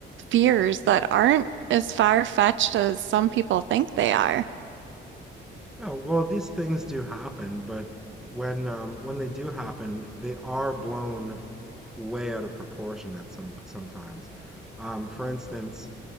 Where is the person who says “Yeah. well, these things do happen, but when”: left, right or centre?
Centre